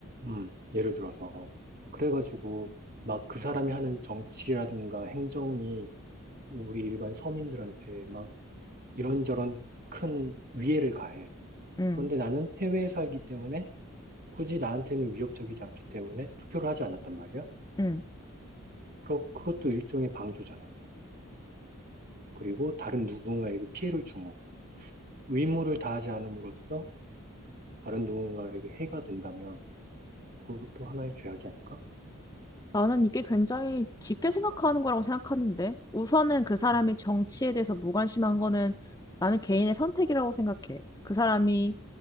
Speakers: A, on the right; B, on the left.
A: 음, 예를 들어서. 그래가지고, 막 그 사람이 하는 정치라든가 행정이 우리 일반 서민들한테 막 이런저런 큰 위해를 가해.
B: 응,
A: 그런데 나는 해외에 살기 때문에 굳이 나한테는 위협적이지 않기 때문에 투표를 하지 않았단 말이야.
B: 응.
A: 그럼 그것도 일종의 방조잖아. 그리고 다른 누군가에게 피해를 준 거고. 의무를 다하지 않음으로써 다른 누군가에게 해가 된다면 그것도 하나의 죄악이 아닐까?
B: 나는 이게 굉장히 깊게 생각하는 거라고 생각하는데, 우선은 그 사람이
A: 음,
B: 정치에 대해서 무관심한 거는 나는 개인의 선택이라고 생각해. 그 사람이